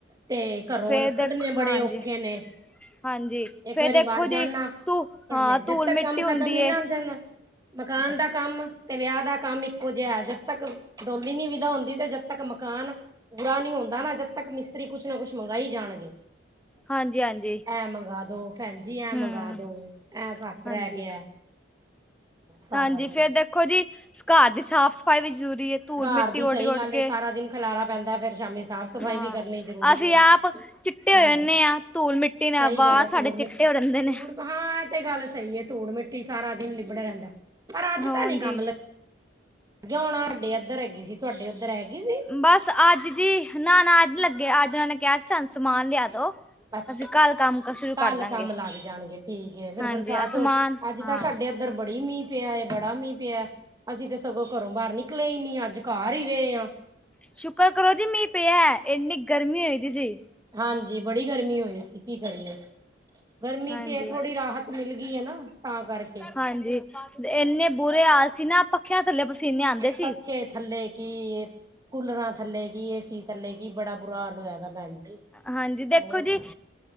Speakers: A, on the right; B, in the centre.
A: ਤੇ ਘਰੋਂ
B: ਫੇਰ
A: ਕੱਢਣੇੇ
B: ਦੇਖ ਹਾਂਜੀ
A: ਬੜੇ ਔਖੇ ਨੇ
B: ਹਾਂਜੀ
A: ਇੱਕ
B: ਫੇਰ
A: ਵਾਰੀ
B: ਦੇਖੋ
A: ਵੜ ਜਾਣ
B: ਜੀ
A: ਨਾ
B: ਤੂੰ
A: ਪੜਨੇ
B: ਹਾਂ
A: ਜਦ
B: ਧੂਲ
A: ਤੱਕ
B: ਮਿੱਟੀ
A: ਕੰਮ ਖਤਮ
B: ਹੁੰਦੀ
A: ਨੀ
B: ਏ
A: ਨਾ ਹਣ ਦੇਣ ਮਕਾਨ ਦਾ ਕੰਮ ਤੇ ਵਿਆਹ ਦਾ ਕੰਮ ਇੱਕੋ ਜੇਐ ਜਦ ਤੱਕ ਡੋਲੀ ਨੀ ਵਿਦਾ ਹੁੰਦੀ ਤੇ ਜਦ ਤੱਕ ਮਕਾਨ ਪੂਰਾ ਨੀ ਹੁੰਦਾ ਨਾ ਜਦ ਤੱਕ ਮਿਸਤ ਰੀ ਕੁਛ ਨਾ ਕੁਛ ਮੰਗਈ ਜਾਣਗੇ
B: ਹਾਂਜੀ ਹਾਂਜੀ
A: ਐ ਮੰਗਾ ਦੋ ਭੈਣਜੀ ਐਂ
B: ਹਮ
A: ਮੰਗਾਦੋ ਐਂ ਘੱਟ
B: ਹਾਂਜੀ
A: ਰਹਿ ਗਿਐ ਤਾਂ
B: ਹਾਂਜੀ
A: ਕਰਕੇ
B: ਫੇਰ ਦੇਖੋ ਜੀ ਘਰ ਦੀ ਸਾਫ਼ ਸਫ਼ਾਈ ਵੀ ਜ਼ਰੂਰੀ ਏ ਧੂਲ
A: ਘਰ
B: ਮਿੱਟੀ
A: ਦੀ ਸਹੀ
B: ਉੱਡ
A: ਗੱਲ
B: ਉੱਡ ਕੇ
A: ਏ ਸਾਰਾ ਦਿਨ ਖਿਲਾਰਾ ਪੈਂਦਾ ਫੇਰ ਸ਼ਾਮੀ ਸਾਫ਼ ਸਫ਼ਾਈ
B: ਹਾਂ
A: ਵੀ ਕਰਨੀ ਜ਼ਰੂਰੀ
B: ਅਸੀਂ
A: ਏ।
B: ਆਪ ਚੀ ਤੂੰ ਚਿੱਟੇ ਹੋਏ
A: ਹਾਂਜੀ
B: ਹੁਣੇ ਆ ਧੂਲ ਮਿੱਟੀ ਨਾ
A: ਸਹੀ
B: ਵਾਲ
A: ਗੱਲ ਏ
B: ਸਾਡੇ
A: ਧੂੜ ਮਿੱਟੀ
B: ਚਿੱਟੇ ਹੋ
A: ਧੂੜ
B: ਜਾਂਦੇ ਨੇ
A: ਹਾਂ ਇਹ ਤੇ ਗੱਲ ਸਹੀ ਏ ਧੂੜ ਮਿੱਟੀ ਸਾਰਾ ਦਿਨ ਲਿਬੜਾ ਰਹਿੰਦਾ ਪਰ ਅੱਜ
B: ਹਾਂਜੀ
A: ਤਾਂ ਨੀ ਕੰਮ ਲੱਗ ਜੌ ਹੁਣ ਆ ਸਾਡੇ ਇੱਧਰ ਹੈਗੀ ਸੀ ਤੁਹਾਡੇ ਉੱਧਰ ਹੈਗੀ ਸੀ
B: ਬਸ ਅੱਜ ਦੀ, ਨਾ-ਨਾ ਅੱਜ ਲੱਗੇ, ਅੱਜ ਉਹਨਾਂ ਨੇ ਕਿਹਾ ਸੀ ਸਾਨੂੰ ਸਮਾਨ ਲਿਆ ਦੋ।
A: ਅੱਛ,
B: ਅਸੀਂ ਕੱਲ ਕੰਮ ਕ ਸ਼ੁਰੂ
A: ਕੱਲ
B: ਕਰ ਦਾਂਗੇ
A: ਕੰਮ ਲੱਗ ਜਾਣਗੇ ਠੀਕ ਐ ਫੇਰ
B: ਹਾਂਜੀ
A: ਬਰਸਾਤ
B: ਅਸਮਾਨ
A: ਹੋਨ, ਅੱਜ
B: ਹਾਂ
A: ਤਾਂ ਸਾਡੇ ਇੱਧਰ ਬੜੀ ਮੀਂਹ ਪਿਆ ਐ, ਬੜਾ ਮੀਂਹ ਪਿਆ। ਅਸੀਂ ਤਾਂ ਸਗੋਂ ਘਰੋਂ ਬਾਹਰ ਨਿਕਲੇ ਈ ਨੀ। ਅੱਜ ਘਰ ਈ ਰੇ ਆਂ।
B: ਸ਼ੁਕਰ ਕਰੋ ਜੀ ਮੀਹ ਪਿਆ, ਐਨੀ ਗਰਮੀ ਹੋਈ ਦੀ ਸੀ।
A: ਹਾਂਜੀ ਬੜੀ ਗਰਮੀ ਹੋਈ ਸੀ ਕੀ ਕਰੀਏ। ਗਰਮੀ
B: ਹਾਂਜੀ
A: ਤੇ ਹੈ, ਥੋੜ੍ਹੀ ਰਾਹਤ ਮਿਲ ਗਈ ਹੈ ਨਾ ਤਾਂ ਕਰਕੇ।
B: ਹਾਂਜੀ ਇੰਨੇ ਬੁਰੇ ਹਾਲ ਸੀ ਨਾ, ਪੱਖਿਆਂ ਥੱਲੇ ਪਸੀਨੇ ਆਉਂਦੇ ਸੀ।
A: ਪੱਖੇ ਥੱਲੇ ਕੀ, ਕੂਲਰਾਂ ਥੱਲੇ ਕੀ, ਏਸੀ ਥੱਲੇ ਕੀ ਬੜਾ ਬੁਰਾ ਹਾਲ ਹੋਇਆ ਏ। ਹਾਂਜੀ
B: ਹਾਂਜੀ ਦੇਖੋ
A: ਹੋਰ,
B: ਜੀ